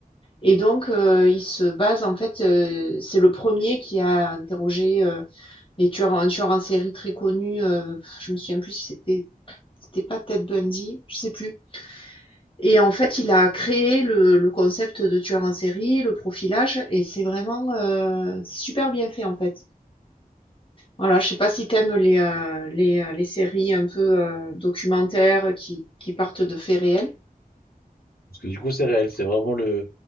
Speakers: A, on the left; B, on the left.
A: Et donc, heu, il se base en fait, heu, c'est le premier qui a interrogé, heu, les tueurs en un tueur en série très connu, heu, je me souviens plus si c'était c'était pas Ted Bundy, je sais plus. Et en fait, il a créé le le concept de tueur en série, le profilage et c'est vraiment, heu, super bien fait en fait. Voilà, je sais pas si t'aimes les, heu, les, heu, les séries un peu, heu, documentaires qui qui partent de faits réels?
B: Parce que du coup, c'est réel. C'est vraiment le,